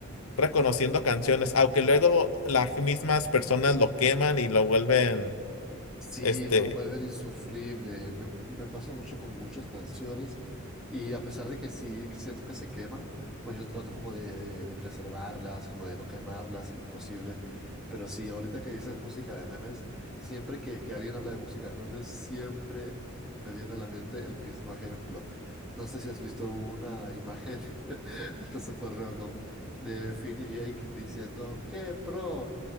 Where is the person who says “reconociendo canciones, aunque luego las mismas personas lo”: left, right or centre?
Left